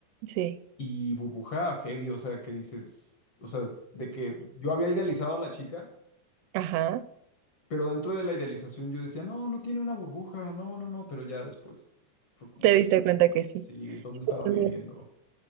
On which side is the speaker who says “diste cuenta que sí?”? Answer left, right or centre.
Right